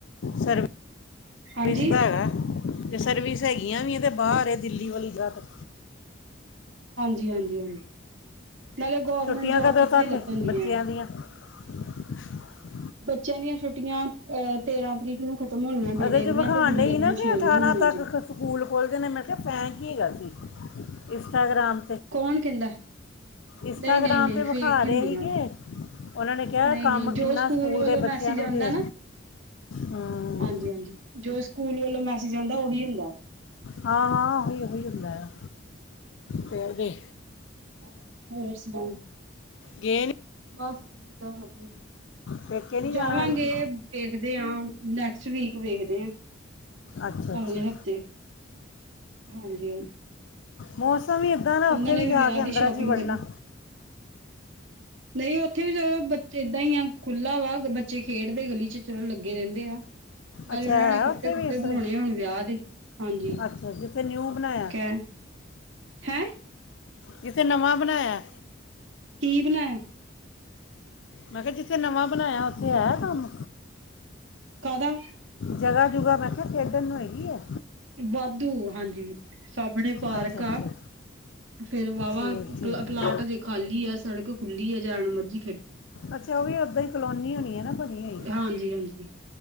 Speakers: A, on the left; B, on the right.
A: ਸਰ
B: ਹਾਂਜੀ
A: ਪਿਸਦਾ ਹੈਗਾ ਤੇ ਸਰਵਿਸ ਹੈਗੀਆਂ ਵੀ ਹੈ ਤੇ ਬਾਹਰ ਦਿੱਲੀ ਵਾਲੀ ਘਤ
B: ਹਾਂਜੀ ਹਾਂਜੀ ਨਾਲੇ ਗੋਰਮੈਂਟ
A: ਛੁੱਟੀਆਂ
B: ਜੋਬ
A: ਕਦੋਂ
B: ਕਿੱਥੇ
A: ਤੱਕ
B: ਲੱਭਣ
A: ਹੈ
B: ਦੀਆਂ।
A: ਬੱਚਿਆਂ <inaudible>
B: ਬੱਚਿਆਂ ਦੀਆਂ ਛੁੱਟੀਆਂ ਅਹ ਤੇਰਾਂ ਤਰੀਕ ਨੂੰ ਖ਼ਤਮ ਹੋਣੀਆਂ ਬੇਟੇ
A: ਉਹਦੇ ਚ
B: ਦੀਆਂ
A: ਵਿਖਾਡੇ
B: ਤੇ ਗੁੜੀਆਂ
A: ਹੀ
B: ਦੀਆਂ
A: ਨਾ ਕਿ
B: ਛੇ
A: ਅਠਾਰਾਂ
B: ਨੂੰ ਹੋਣੀਆਂ
A: ਤੱਕ
B: ਜੇ
A: ਸਕੂਲ ਖੋਲਦੇ ਨੇ ਮੈਂ ਕਿਹਾ ਫੈਂਕ ਹਿ‌ ਹੈਗਾ ਸੀ। ਇੰਸਟਾਗ੍ਰਾਮ
B: ਕੌਣ ਕਹਿੰਦਾ
A: ਇੰਸਟਾਗ੍ਰਾਮ
B: ਨਹੀਂ ਨਹੀਂ ਨਹੀਂ
A: ਤੇ ਵਿਖਾ
B: ਫੇਕ ਹੀ
A: ਰਹੇ
B: ਹੁੰਦੀਆਂ
A: ਸੀਗੇ ਉਹਨਾਂ ਨੇ ਕਿਹਾ
B: ਨਹੀਂ
A: ਕੰਮ
B: ਨਹੀਂ ਜੋ
A: ਕਿੰਨਾ ਸਕੂਲ
B: ਵੱਲੋਂ
A: ਦੇ ਬੱਚਿਆਂ
B: ਮੈਸੇਜ
A: ਨੂੰ
B: ਆਉਂਦਾ
A: ਦੇ ਹੂੰ
B: ਹਾਂ ਜੋ ਸਕੂਲ ਵਲੋਂ ਮੈਸੇਜ ਆਂਦਾ ਉਹੀ ਹੁੰਦਾ।
A: ਹਾਂ-ਹਾਂ ਉਹੀ-ਉਹੀ ਹੁੰਦਾ ਆ ਤੇ
B: ਬ ਹੋਰ ਸੁਣਾਓ
A: ਗੇ ਨੀ
B: ਬਸ ਠੀਕ ਆ ਵਧਿਆ
A: ਪੇਕੇ ਨਹੀਂ ਜਾਣਾ
B: ਜਾਵਾਂਗੇ
A: ਹਰ ਕੀ
B: ਦੇਖਦੇ ਹਾਂ ਨੈਕਸਟ ਵੀਕ। ਵੇਖਦੇ ਆ
A: ਅੱਛਾ ਅੱਛਾ
B: ਅਗਲੇ ਹਫ਼ਤੇ ਹਾਂਜੀ-ਹਾਂਜੀ!
A: ਮੋਸ ਤਾਂਂ ਇੱਦਾਂ ਨਾ
B: ਉਹਨਾਂ
A: ਉੱਥੇ
B: ਨੇ
A: ਵੀ ਜਾ
B: ਵਿਆਹ
A: ਕੇ
B: ਦੀ
A: ਅੰਦਰਾਂ
B: ਸ਼ੋਪਿੰਗ
A: ਚ ਹੀ ਵੜ੍ਹਨਾ
B: ਨਹੀਂ ਉੱਥੇ ਵੀ ਚਲੋ ਬ ਏਦਾਂ ਹੀ ਆ ਖੁੱਲ੍ਹਾ ਵਾ ਬੱਚੇ ਖੇਡਦੇ ਗਲੀ ਚ ਚਲੋ ਲੱਗੇ ਰਹਿੰਦੇ ਆ। ਨਾਲ
A: ਅੱਛਾ
B: ਉਹਨਾਂ
A: ਹੈ
B: ਨੇ ਕੱਪੜੇ
A: ਉੱਥੇ
B: ਕੁਪੜੇ
A: ਵੀ ਇਸ
B: ਬਣਾਉਣੇ
A: ਤਰ੍ਹਾਂ ਹੀ?
B: ਹੁਣ ਵਿਆਹ ਦੇ ਹਾਂਜੀ
A: ਅੱਛਾ ਜਿੱਥੇ ਨਿਊ ਬਣਾਇਆ
B: ਕਹਿ ਹੈਂ
A: ਇਥੇ ਨਵਾਂ ਬਣਾਇਆ।
B: ਕੀ ਬਣਾਯਾ?
A: ਮੈਂ ਕਿਹਾ ਜਿੱਥੇ ਨਵਾਂ ਬਣਾਇਆ ਉੱਥੇ ਹੈ ਕੰਮ।
B: ਕਾਦਾ?
A: ਜਗ੍ਹਾ ਜੁਗਾ ਮੈਂ ਕਿਹਾ ਖੇਡਣ ਨੂੰ ਹੈਗੀ ਆ।
B: ਵਾਧੂ ਹਾਂਜੀ। ਸਾਹਮਣੇ ਪਾਰਕ
A: ਅੱਛਾ
B: ਆ
A: ਅੱਛਾ
B: ਫੇਰ ਵਾਹਵਾ
A: ਠੀਕ ਠੀਕ
B: ਪਲਾਟ ਜੇ ਖਾਲੀ ਆ ਸੜਕ ਖੁੱਲੀ ਆ ਜਣ ਮਰਜੀੀ
A: ਅੱਛਾ ਉਹ ਵੀ ਉੱਦਾਂ ਹੀ ਕਲੋਨੀ ਹੋਣੀ ਹੈ ਨਾ ਬੜੀੀਆਂ ਹੀ
B: ਹਾਂਜੀ ਹਾਂਜੀ